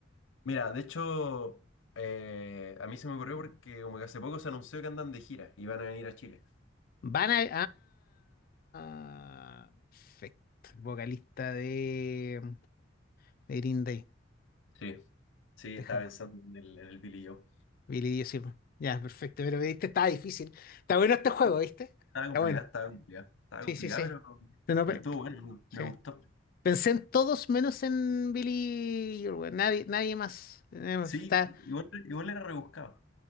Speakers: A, on the left; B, on the left.
A: Mira, de hecho, eh, a mí se me ocurrió porque como que hace poco se anunció que andan de gira y van a venir a Chile.
B: Van a... Ah, perfecto. El vocalista de, de Green Day.
A: Sí. Sí,
B: Deja,
A: estaba pensando en el, en el Billy Joe.
B: Billy Dio Silva. Ya, perfecto. Pero viste, está difícil. Está bueno este juego,
A: Sí,
B: ¿viste?
A: estaba
B: Está
A: complicada,
B: bueno.
A: estaba complicada. Estaba
B: Sí,
A: complicada,
B: sí, sí.
A: pero,
B: No, no,
A: pero
B: pe-
A: estuvo
B: pe-
A: bueno,
B: sí.
A: me gustó.
B: Pensé en todos menos en Billy Joel, weón. Nadie, nadie más. Nadie más.
A: Sí,
B: Está...
A: igual, igual era rebuscado.